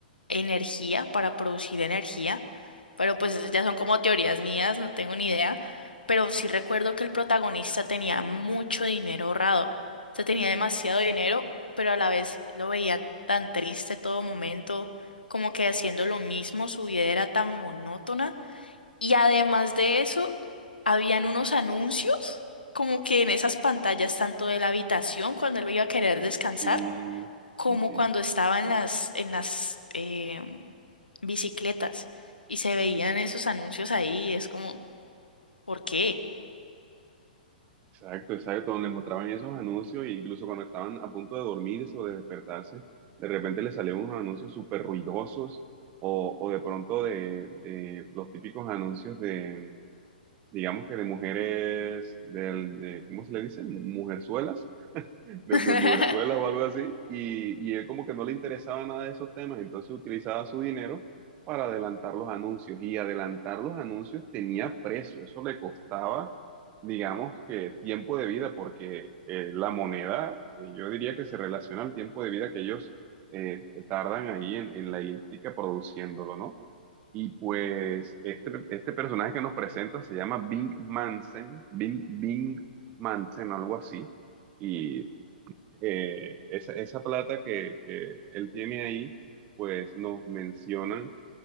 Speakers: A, on the left (about 80°); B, on the right (about 30°).
A: energía, para producir energía, pero pues esas ya son como teorías mías, no tengo ni idea, pero sí recuerdo que el protagonista tenía mucho dinero ahorrado, o sea, tenía demasiado dinero, pero a la vez lo veía tan triste todo momento, como que haciendo lo mismo, su vida era tan monótona, y además de eso, habían unos anuncios, como que en esas pantallas, tanto de la habitación, cuando él iba a querer descansar,
B: Sí,
A: como
B: sí, sí.
A: cuando estaba en las, en las em, bicicletas y se veían esos anuncios ahí, es como, ¿por qué?
B: Exacto, exacto. Donde mostraban esos anuncios, e incluso cuando estaban a punto de dormirse o de despertarse, de repente les salían unos anuncios súper ruidosos, o, o de pronto de, de los típicos anuncios de, digamos que de mujeres, del- de, ¿cómo se le dice? Mujerzuelas de,
A: <laughs>
B: de mujerzuelas o algo así, y, y él como que no le interesaba nada de esos temas, entonces utilizaba su dinero para adelantar los anuncios, y adelantar los anuncios tenía precio, eso le costaba, digamos que tiempo de vida, porque eh, la moneda, eh, yo diría que se relaciona al tiempo de vida que ellos eh, tardan ahí en, en la elíptica produciéndolo, ¿no? Y pues este, este personaje que nos presenta se llama Bing Mansen, Bing, Bing Mansen, algo así. Y eh, esa, esa plata que, que él tiene ahí, pues nos mencionan